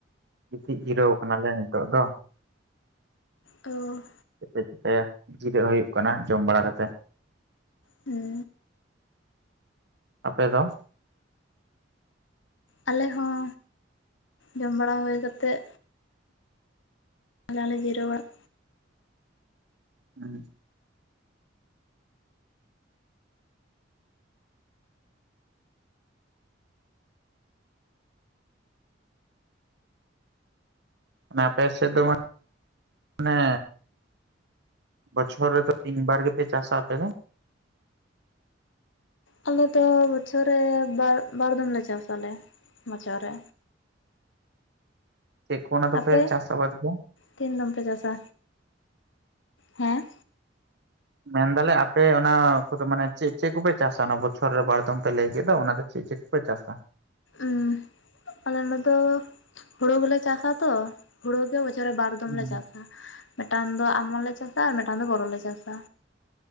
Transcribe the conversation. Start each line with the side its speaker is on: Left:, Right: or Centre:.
Right: ᱜᱤᱛᱤᱡ ᱡᱤᱨᱟᱹᱣ ᱠᱟᱱᱟᱞᱮ ᱱᱤᱛᱚᱜ ᱫᱚ
Left: ᱚ
Right: ᱪᱮᱫ ᱞᱮ ᱪᱤᱠᱟᱹᱭᱟ ᱡᱤᱨᱟᱹᱜ ᱦᱩᱭᱩᱜ ᱠᱟᱱᱟ ᱡᱚᱢ ᱵᱟᱲᱟ ᱠᱟᱛᱮᱫ
Left: ᱦᱩᱸ
Right: ᱟᱯᱮ ᱫᱚ
Left: ᱟᱞᱮ ᱦᱚᱸ ᱡᱚᱢ ᱵᱟᱲᱟ ᱦᱩᱭ ᱠᱟᱛᱮᱜ ᱟᱞᱮ ᱦᱚᱸᱞᱮ ᱡᱤᱨᱟᱹᱣ ᱵᱟᱲᱟᱜ
Right: ᱦᱩᱸ ᱢᱟᱱᱮ ᱟᱯᱮ ᱥᱮᱫ ᱫᱚ <inaudible> ᱢᱟᱱᱮ ᱵᱚᱪᱷᱚᱨ ᱨᱮᱫᱚ ᱛᱤᱱ ᱵᱟᱨ ᱜᱮᱯᱮ ᱪᱟᱥᱟ ᱟᱯᱮ ᱫᱚ
Left: ᱟᱞᱮ ᱫᱚ ᱵᱚᱪᱷᱚᱨ ᱨᱮ ᱵᱟ ᱵᱟᱨ ᱫᱚᱢ ᱞᱮ ᱪᱟᱥ ᱟᱞᱮ ᱵᱚᱪᱷᱚᱨ ᱨᱮ
Right: ᱪᱮᱫ ᱠᱚ ᱚᱱᱟ ᱫᱚ
Left: ᱟᱯᱮ
Right: ᱯᱮ ᱪᱟᱥ ᱟᱵᱟᱫᱽ ᱜᱮᱭᱟ
Left: ᱛᱤᱱ ᱫᱚᱢ ᱯᱮ ᱪᱟᱥᱟ, ᱦᱮᱸ
Right: ᱢᱮᱱᱫᱟᱞᱮ ᱟᱯᱮ ᱚᱱᱟ ᱠᱚᱫᱚ ᱢᱟᱱᱮ ᱪᱮᱫ ᱪᱮᱫ ᱠᱚᱯᱮ ᱪᱟᱥᱟ ᱚᱱᱟ ᱵᱚᱪᱷᱚᱨ ᱨᱮ ᱵᱟᱨ ᱫᱚᱢ ᱯᱮ ᱞᱟᱹᱭ ᱠᱮᱫ ᱫᱚ ᱚᱱᱟ ᱪᱮᱫ ᱪᱮᱫ ᱠᱚᱯᱮ ᱪᱟᱥᱟ
Left: ᱩᱸ, ᱟᱞᱮ ᱢᱟᱛᱚ ᱦᱩᱲᱩ ᱜᱮᱞᱮ ᱪᱟᱥᱟ ᱛᱚ ᱦᱩᱲᱩ ᱢᱤᱫ ᱵᱚᱪᱷᱚᱨ ᱨᱮ ᱵᱟᱨ ᱫᱚᱚᱢ
Right: ᱦᱩᱸ
Left: ᱞᱮ ᱪᱟᱥᱟ ᱢᱤᱫᱴᱟᱝ ᱫᱚ ᱟᱢᱚᱱ ᱞᱮ ᱪᱟᱥᱟ ᱟᱨ ᱢᱤᱫᱴᱟᱝ ᱫᱚ ᱵᱚᱨᱚ ᱞᱮ ᱪᱟᱥᱟ